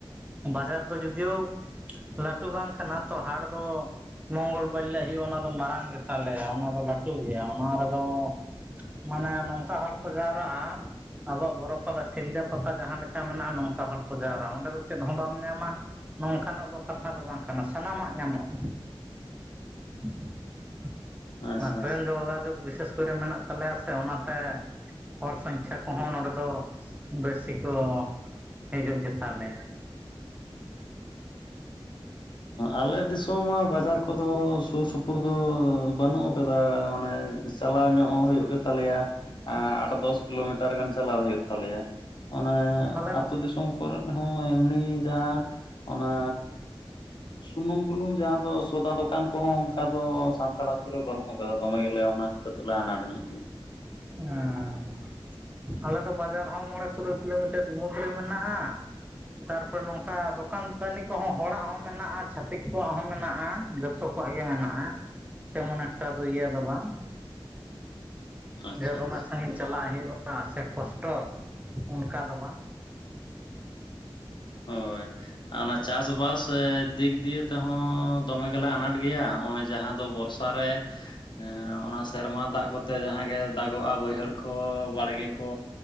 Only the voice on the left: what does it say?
ᱟᱪᱪᱷᱟ ᱟᱪᱪᱷᱟ
ᱟᱞᱮ ᱫᱤᱥᱚᱢ ᱢᱟ ᱵᱟᱡᱟᱨ ᱠᱚᱫᱚ ᱥᱩᱨ ᱥᱩᱯᱩᱨ ᱫᱚ ᱵᱟᱹᱱᱩᱜ ᱟᱠᱟᱫᱟ ᱢᱟᱱᱮ ᱪᱟᱞᱟᱣ ᱧᱚᱜ ᱦᱩᱭᱩᱜ ᱜᱮ ᱛᱟᱞᱮᱭᱟ ᱮᱸ ᱟᱴ ᱫᱚᱥ ᱠᱤᱞᱳᱢᱤᱴᱟᱨ ᱜᱟᱱ ᱪᱟᱞᱟᱣ ᱦᱩᱭᱩᱜ ᱛᱟᱞᱮᱭᱟ ᱚᱱᱮ
ᱟᱹᱛᱩ
ᱫᱤᱥᱚᱢ ᱠᱚᱨᱮᱫ ᱦᱚᱸ ᱮᱢᱱᱤ ᱡᱟᱦᱟᱸ ᱚᱱᱟᱻ ᱥᱩᱱᱩᱢ ᱵᱩᱞᱩᱝ ᱡᱟᱦᱟᱸ ᱫᱚ ᱥᱚᱫᱟ ᱫᱚᱠᱟᱱ ᱠᱚᱦᱚᱸ ᱚᱱᱠᱟ ᱫᱚ ᱥᱟᱱᱛᱟᱲ ᱟᱹᱛᱩ ᱨᱮ ᱵᱟᱹᱱᱩᱜ ᱟᱠᱟᱫ᱾ ᱫᱚᱢᱮ ᱜᱮᱞᱮ ᱚᱱᱟ ᱠᱚᱛᱮ ᱫᱚᱞᱮ ᱟᱱᱟᱴ ᱧᱚᱜ ᱜᱤ᱾
ᱟᱪᱪᱷᱟ
ᱟᱪᱪᱷᱟ
ᱦᱳᱭ, ᱚᱱᱟ ᱪᱟᱥᱼᱵᱟᱥ ᱥᱮ ᱫᱤᱠ ᱫᱤᱭᱮ ᱛᱮᱦᱚᱸ ᱫᱚᱢᱮ ᱜᱮᱞᱮ ᱟᱱᱟᱴ ᱜᱮᱭᱟ ᱚᱸᱼᱚᱭ ᱡᱟᱦᱟᱸ ᱫᱚ ᱵᱚᱨᱥᱟ ᱨᱮ ᱦᱮᱸ ᱚᱱᱟ ᱥᱮᱨᱢᱟ ᱫᱟᱜ ᱠᱚᱛᱮ ᱡᱟᱦᱟᱸ ᱜᱮ ᱫᱟᱜᱚᱜᱼᱟ ᱵᱟᱹᱭᱦᱟᱹᱲ ᱠᱚ ᱵᱟᱲᱜᱮ ᱛᱚ